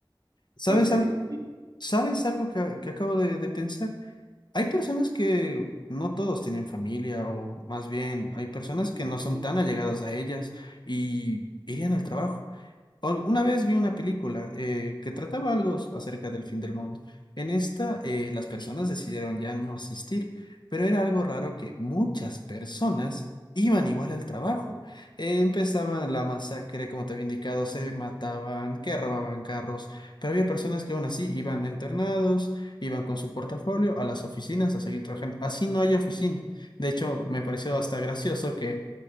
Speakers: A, on the left (about 60°); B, on the right (about 45°).
A: ¿Sabes
B: ¿Cuál sería
A: algo?
B: el fin?
A: ¿Sabes algo que, que acabo de, de pensar? Hay personas que no todos tienen familia, o más bien
B: Mm,
A: hay personas que
B: eso
A: no son
B: sí.
A: tan allegadas a ellas y irían al trabajo. Al- Una vez vi una película eh, que trataba algo s- acerca del fin del mundo. En esta, eh, las personas decidieron ya no asistir, pero era algo raro que muchas personas iban igual al trabajo. Eh, empezaban la masacre, como te había indicado, se mataban, que robaban carros, pero había personas que aún así iban internados, iban con su portafolio a las oficinas a seguir trabajando. Así no hay oficina. De hecho, me pareció hasta gracioso que